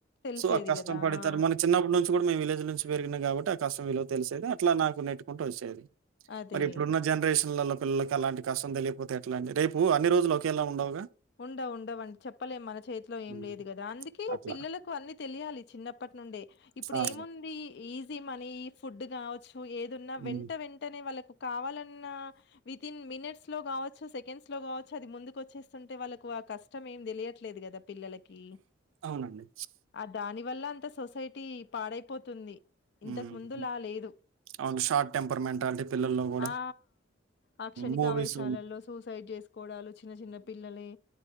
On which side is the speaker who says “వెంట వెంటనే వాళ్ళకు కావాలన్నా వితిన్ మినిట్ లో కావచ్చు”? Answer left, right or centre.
Left